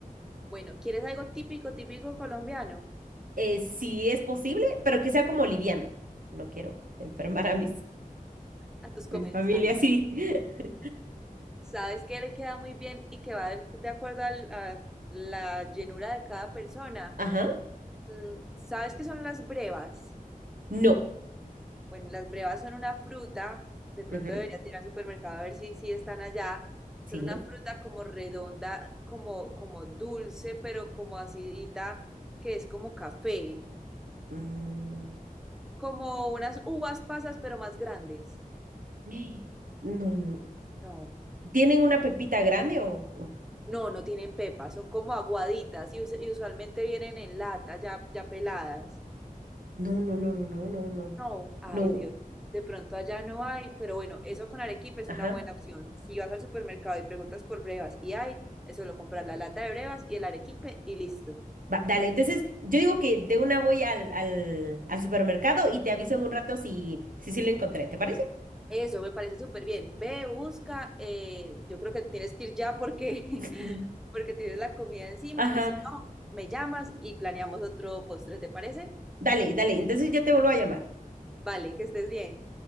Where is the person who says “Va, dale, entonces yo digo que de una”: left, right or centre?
Right